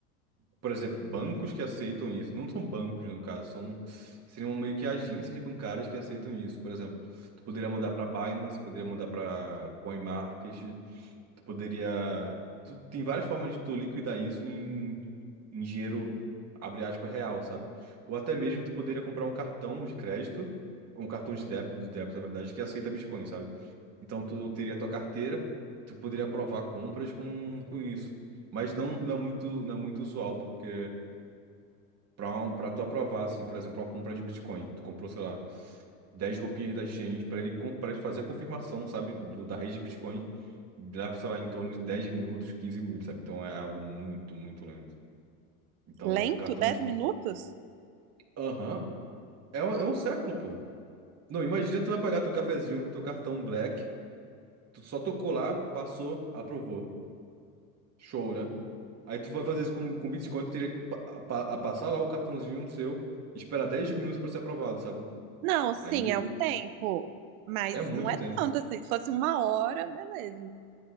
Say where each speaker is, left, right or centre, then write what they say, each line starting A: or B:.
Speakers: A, on the right; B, on the right.
A: por exemplo, bancos que aceitam isso. Não são bancos, no caso, são seriam meio que agências bancárias que aceitam isso. Por exemplo, tu poderia mandar para Binance, poderia mandar para CoinMarket, Tu poderia. Tu, tem várias formas de tu liquidar isso em, em dinheiro, abre aspas, real, sabe? Ou até mesmo tu poderia comprar um cartão de crédito, ou um cartão de débito, de débito, na verdade, que aceita Bitcoin, sabe? Então tu teria tua carteira, tu poderia aprovar compras com, com isso. Mas não, não é muito, não é muito usual, porque para um, para tu aprovar, assim, por exemplo, uma compra de Bitcoin. Tu comprou, sei lá, 10 roupinhas da exchange para ele, para ele fazer a confirmação, sabe, do, da rede de Bitcoin. Leva, sei lá, em torno de 10 minutos, 15 minutos, sabe? Então é algo muito, muito lento. Então,
B: Lento?
A: um cartão
B: dez
A: de.
B: minutos?
A: Aham. É, um- é um século, pô. Não, imagina tu vai pagar teu cafezinho com teu cartão Black. Tu só tocou lá, passou, aprovou. Show, né? Aí tu vai fazer isso com, com Bitcoin, tu teria que pa- pa- a passar lá o cartãozinho seu, esperar 10 minutos para ser aprovado, sabe?
B: Não, sim,
A: Aí
B: é um tempo, mas
A: É muito
B: não é
A: tempo,
B: tanto assim. Se fosse uma hora, beleza.